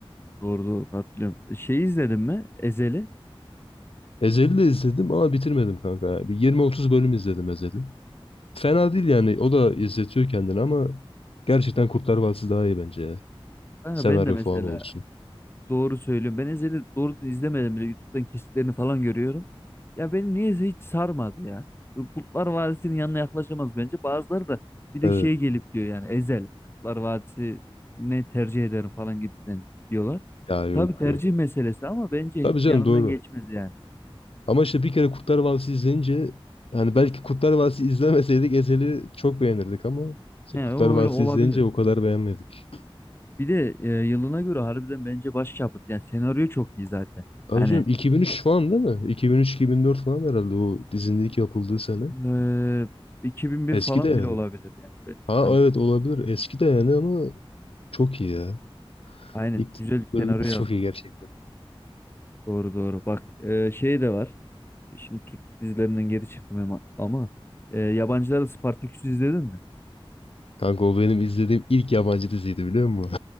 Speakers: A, on the left; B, on the left.
A: Doğru doğru hatırlıyorum. Şey izledim mi? Ezeli.
B: Ezel'i de izledim ama bitirmedim kanka. Bir 20-30 bölüm izledim Ezel'i. Fena değil yani. O da izletiyor kendini ama gerçekten Kurtlar Vadisi daha iyi bence ya.
A: Kanka
B: Senaryo
A: ben de mesela
B: falan olsun.
A: Doğru söylüyorum. Ben Ezel'i doğru izlemedim bile. YouTube'dan kesitlerini falan görüyorum. Ya beni niyeyse hiç sarmadı ya. Bu Kurtlar Vadisi'nin yanına yaklaşamaz bence. Bazıları da bir de
B: Evet.
A: şey gelip diyor yani Ezel Kurtlar Vadisi ne tercih ederim falan gibisinden diyorlar.
B: Ya yok
A: Tabii tercih
B: yok.
A: meselesi ama bence
B: Tabii
A: hiç
B: canım
A: yanından
B: doğru.
A: geçmez yani.
B: Ama işte bir kere Kurtlar Vadisi izleyince yani belki Kurtlar Vadisi izlemeseydik Ezel'i çok beğenirdik ama işte
A: He,
B: Kurtlar
A: o
B: Vadisi
A: öyle olabilir.
B: izleyince o kadar beğenmedik.
A: Bir de e, yılına göre harbiden bence başyapıt. Yani senaryo çok iyi zaten.
B: Abi
A: Hani
B: canım 2003 falan değil mi? 2003-2004 falan herhalde o dizinin ilk yapıldığı sene.
A: e, 2001
B: Eski
A: falan
B: de yani.
A: bile olabilir yani. Ben
B: Ha
A: yanlış
B: evet
A: hatırlamıyorum.
B: olabilir. Eski de yani ama çok iyi ya.
A: Aynen.
B: İlk
A: Güzel
B: ilk
A: bir
B: bölümler
A: senaryo yazmış.
B: çok iyi gerçekten.
A: Doğru doğru. Bak e, şey de var. Şimdi Türk dizilerinden geri çıktım ama, ama e, yabancılar da Spartaküs'ü izledin mi?
B: Kanka o benim izlediğim ilk yabancı diziydi biliyor musun?